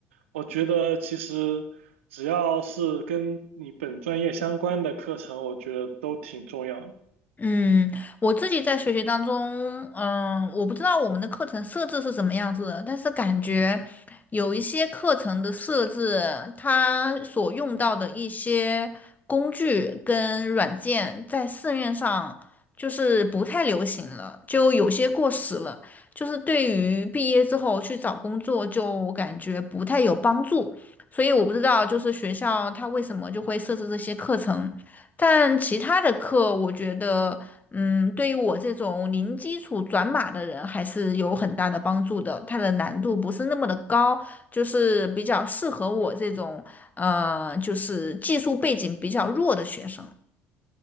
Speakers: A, on the right (about 85°); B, on the left (about 25°).
A: 我觉得其实只要是跟你本专业相关的课程，我觉得都挺重要的。
B: 嗯，我自己在学习当中，嗯，我不知道我们的课程设置是什么样子的，但是感觉有一些课程的设置，它所用到的一些工具跟软件，在市面上就是不太流行了，就有些过时了，就是对于毕业之后去找工作，就感觉不太有帮助。所以我不知道，就是学校它为什么就会设置这些课程。但其他的课，我觉得，嗯，对于我这种零基础转码的人，还是有很大的帮助的。它的难度不是那么的高，就是比较适合我这种，呃，就是技术背景比较弱的学生。